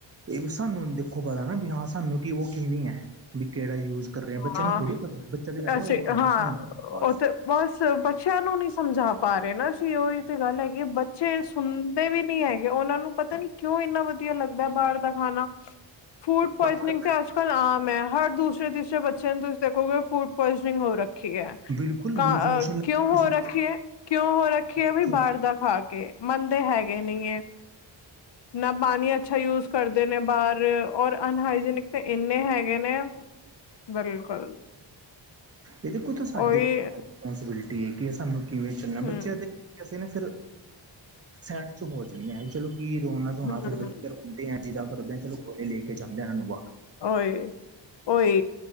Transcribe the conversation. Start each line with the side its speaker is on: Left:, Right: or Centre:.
Right: ਇਹ ਸਾਨੂੰ ਦੇਖੋ, ਪਤਾ ਨਾ ਵੀ ਹਾਂ, ਸਾਨੂੰ ਕਿ ਉਹ ਕਿਵੇਂ ਹੈ, ਵੀ ਕਿਹੜਾ ਯੂਜ ਕਰ ਰਹੇ ਬੱਚਿਆਂ
Left: ਹਾਂ
Right: ਨੂੰ ਥੋੜੀ ਪਤਾ, ਬੱਚਾ ਕਹਿਦੇ
Left: ਅਸੀਂ
Right: ਉਹ ਖਾਣਾ
Left: ਹਾਂ
Right: ਕਾਈਦਾ ਬਸ।
Left: ਉਹ ਤੇ ਬਸ ਬੱਚਿਆਂ ਨੂੰ ਨਹੀਂ ਸਮਝਾ ਪਾ ਰਹੇ ਨਾਸੀ, ਉਹ ਇਹ ਤੇ ਗੱਲ ਹੈਗੀ ਹੈ ਬਚੇ ਸੁਣਦੇ ਵੀ ਨੀ ਹੈਗੇ, ਉਹਨਾਂ ਨੂੰ ਪਤਾ ਨੀ, ਕਿਉਂ ਇੰਨਾ ਵ ਲੱਗਦਾ ਬਾਹਰ ਦਾ ਖਾਣਾ, ਫੂਡ ਪੁਆਇਜ਼ਨਿੰਗ
Right: ਬਾਹਰ
Left: ਤੇ ਅੱਜ ਕੱਲ ਆਮ ਹੈ, ਹਰ ਦੂਸਰੇ ਦੀ ਬੱਚਿਆਂ-ਬੱਚਿਆਂ ਨੂੰ ਤੁਸੀਂ ਦੇਖੋਗੇ, ਫੂਡ ਪਇਜਨਿੰਗ ਹੋ ਰੱਖੀ ਹੈ,
Right: ਬਿਲਕੁਲ
Left: ਘਰ
Right: ਲੂਜ ਮੋਸ਼ਨ
Left: ਕਿਉਂ
Right: ਕਿਸੇ
Left: ਹੋ ਰੱਖੀ ਹੈ? ਕਿਉਂ ਹੋ ਰੱਖੀ
Right: ਨੂੰ
Left: ਹੈ? ਬਈ ਬਾਹਰ ਦਾ ਖਾਕ ਕ ਮੰਨਦੇ ਹੈਗੇ ਨਹੀਂ ਹੈ, ਨਾ ਪਾਣੀ ਅੱਛਾ ਯੂਜ ਕਰਦੇ ਨੇ ਬਾਹਰ। ਫਿਰ ਔਰ ਅਨਹਾਈਜੀਨਿਕ ਤੇ ਇੰਨੇ ਹੈਗੇ ਨੇ ਬਿਲਕੁਲ।
Right: ਇਹ ਦੇਖੋ ਤਾਂ ਸਾਡੇ
Left: ਉਹੀ
Right: ਘਰ, ਰਪੋਂਸੀਬਿਲਿਟੀ ਹੈ, ਕਿ ਸਾਨੂੰ ਕਿਵੇਂ ਚੱਲਣਾ
Left: ਹਮ
Right: ਬੱਚਿਆਂ ਦੇ, ਅਸੀ ਨਾ ਫਿਰ ਸੈਡ ਚ ਹੋ ਜਾਂਦੇ ਹਾਂ, ਚਲੋ ਕੀ ਰੋਣਾ ਧੋਣਾ,
Left: ਹਮ
Right: ਫਿਰ ਬੱਚੇ ਰੋਂਦੇ ਆ, ਜਿਦ ਕਰਦੇ ਚਲੋ ਕੋੋਲੇ ਲੈ ਕੇ ਜਾਂਦੇ, ਇਹੂੰ ਬਾਹਰ।
Left: ਓਏ-ਓਏ।